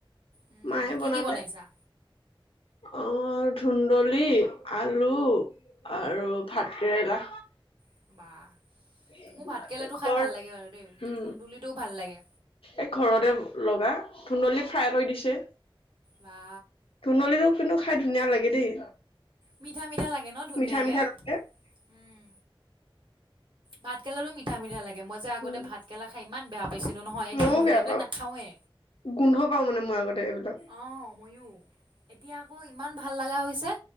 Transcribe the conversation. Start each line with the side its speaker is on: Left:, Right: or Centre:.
Right: উম
Left: মায়ে
Right: কি
Left: বনালে
Right: কি বনাইছা
Left: অ ধুন্দলি আলু। আৰু ভাতকেৰেলা।
Right: <unintelligible>
Left: <inaudible>
Right: মোৰ ভাতকেৰেলাটো
Left: ঘৰ
Right: খাই ভাল লাগে বাৰু দেই এই
Left: উম
Right: ধুন্দুলিটোও ভাল লাগে
Left: এই ঘৰতে লগা ধুন্দলি ফ্ৰাই কৰি দিছে
Right: বা
Left: ধুন্দলিটো। <inaudible> খাই ধুনীয়া লাগে দেই।
Right: মিঠা -মিঠা লাগে ন', ধুনীয়াকে?
Left: মিঠা মিঠা লাগে
Right: উম ভাত কেৰেলাটো মিঠা- মিঠা লাগে মই যে আগতে
Left: উম
Right: ভাত কেৰেলা খাই ইমান বেয়া পাইছিলো নহয়, এই
Left: ময়ও
Right: ধুন্দুলি
Left: বেয়া
Right: এইবিলাক
Left: পাওঁ
Right: নাখাওৱে৷
Left: গোন্ধ পাও মানে মই আগতে এইবিলাক
Right: অ', ময়ো এতিয়া আকৌ ইমান ভাল লগা হৈছে৷